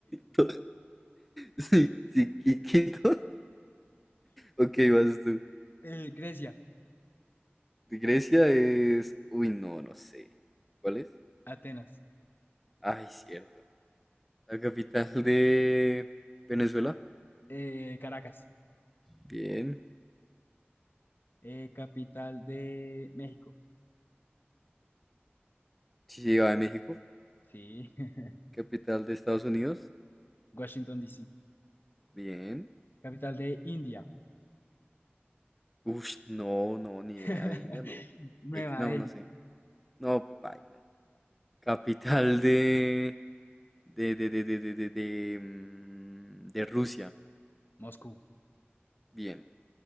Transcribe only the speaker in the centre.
Quito. Sí, sí, qui- Quito. Ok, vas tú.
De Grecia es. Uy, no, no sé. ¿Cuál es?
Ay, cierto. La capital de Venezuela.
Bien.
Sí, sí, va de México.
Capital de Estados Unidos.
Bien.
Uf, no, no, ni
idea de India, no.
Eh, No,
no sé. No, baila. Capital de... De, de, de, de, de, de, de, mm, de Rusia.
Bien.